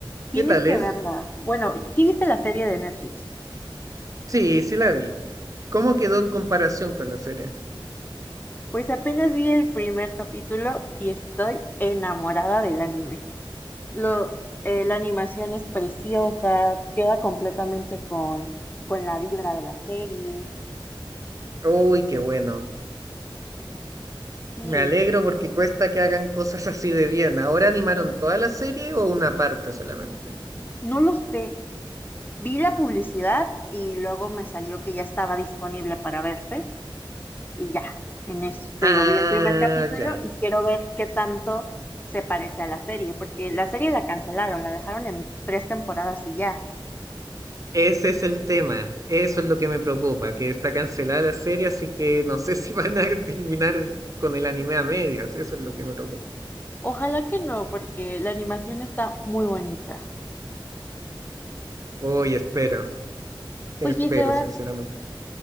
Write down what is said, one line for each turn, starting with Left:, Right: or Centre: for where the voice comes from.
Left: Tienes
Right: ¿Qué tal es?
Left: que verla. Bueno, ¿sí viste la serie de Netflix?
Right: Sí, sí la vi. ¿Cómo quedó en comparación con la serie?
Left: Pues apenas vi el primer capítulo y estoy enamorada del anime. Lo, eh, la animación es preciosa, queda completamente con, con la vibra de la serie.
Right: Uy, qué bueno.
Left: Sí,
Right: Me alegro porque cuesta que hagan cosas <laughs> así de bien. ¿Ahora animaron toda la serie o una parte solamente?
Left: no lo sé. Vi la publicidad y luego me salió que ya estaba disponible para verse, y ya, en eso te
Right: Ah,
Left: digo, vi el primer capítulo
Right: ya.
Left: y quiero ver qué tanto se parece a la serie, porque la serie la cancelaron, la dejaron en tres temporadas y ya.
Right: Ese es el tema, eso es lo que me preocupa, que está cancelada la serie, así que no sé <laughs> si van a terminar con el anime a medias, eso es lo que me preocupa.
Left: Ojalá que no, porque la animación está muy bonita.
Right: Hoy espero, espero
Left: Oye, Sebas,
Right: sinceramente.